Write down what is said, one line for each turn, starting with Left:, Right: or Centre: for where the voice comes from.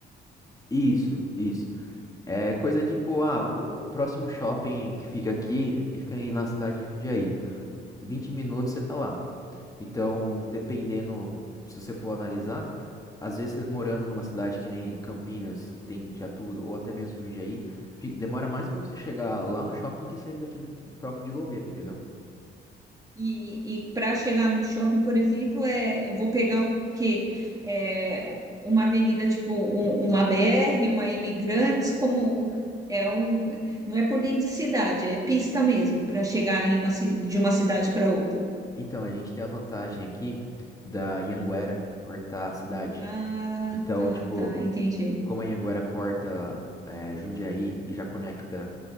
Left: Isso, isso. É coisa tipo, ah, o próximo shopping que fica aqui, fica aí na cidade de Jundiaí. vinte minutos você tá lá. Então, dependendo, se você for analisar, às vezes você morando numa cidade que nem Campinas, que tem já tudo, ou até mesmo Jundiaí, fi- demora mais pra você chegar lá no shopping do que saindo daqui do do próprio de Louveira, entendeu?
Right: E, e para chegar no shopping, por exemplo, é, eu vou pegar o quê? É, uma avenida tipo um- uma BR, uma Imigrantes, como é um, não é por dentro de cidade, é pista mesmo para chegar em uma, ci- de uma cidade para outra.
Left: Então, a gente tem a vantagem aqui da Ianguera cortar a cidade.
Right: Ah,
Left: Então,
Right: tá,
Left: tipo,
Right: tá, entendi.
Left: como a Ianguera corta eh, Jundiaí e já conecta